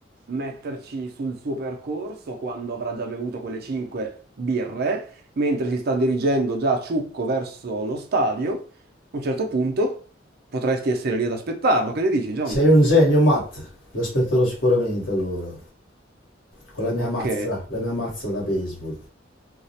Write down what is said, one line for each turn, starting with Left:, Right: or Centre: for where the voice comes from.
Right: metterci sul suo percorso quando avrà già bevuto quelle cinque birre, mentre si sta dirigendo già a ciucco verso lo stadio. A un certo punto potresti essere lì ad aspettarlo. Che ne dici, Johnny?
Left: Sei un genio, Matt. Lo aspetterò sicuramente allora, con la mia
Right: Ok,
Left: mazza, la mia mazza da baseball.